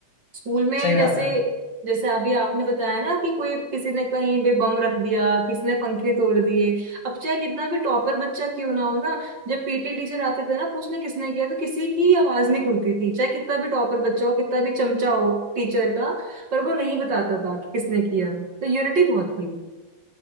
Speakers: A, on the right; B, on the left.
A: स्कूल में
B: सही
A: जैसे
B: बात है
A: जैसे अभी आपने बताया ना कि कोई किसी ने कहीं पे बम रख दिया किसी ने पंखे तोड़ दिए अब चाहे कितना भी टॉपर बच्चा क्यों ना हो ना जब पीटी टीचर आते थे ना पूछने किसने किया तो किसी की आवाज नहीं खुलती थी चाहे कितना भी टॉपर बच्चा हो कितना भी चमचा हो टीचर का पर वो नहीं बताता था कि किसने किया तो यूनिटी बहुत थी